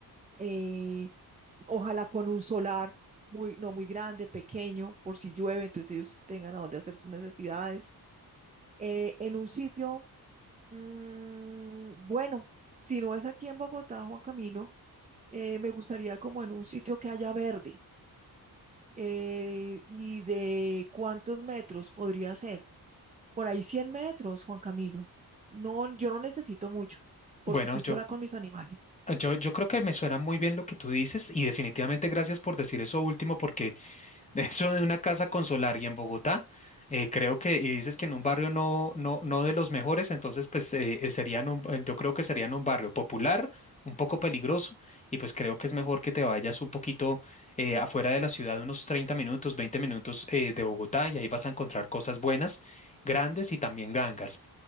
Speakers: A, on the right; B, on the left.
A: eh, ojalá con un solar muy, no muy grande, pequeño, por si llueve, entonces ellos tengan a dónde hacer sus necesidades. Eh, en un sitio, mm, bueno, si no es aquí en Bogotá, Juan Camilo, eh, me gustaría como en un sitio que haya verde. Eh, ¿y de cuántos metros podría ser? Por ahí 100 metros, Juan Camilo. No, yo no necesito mucho porque
B: Bueno,
A: estoy
B: yo
A: sola con mis animales.
B: Yo, yo creo que me suena muy bien lo que tú dices y definitivamente gracias por decir eso último porque <laughs> de eso de una casa con solar y en Bogotá, eh, creo que, y dices que en un barrio no, no, no de los mejores, entonces pues eh, eh, serían un, eh, yo creo que serían un barrio popular, un poco peligroso y pues creo que es mejor que te vayas un poquito eh, afuera de la ciudad, unos 30 minutos, 20 minutos eh, de Bogotá y ahí vas a encontrar cosas buenas, grandes y también gangas.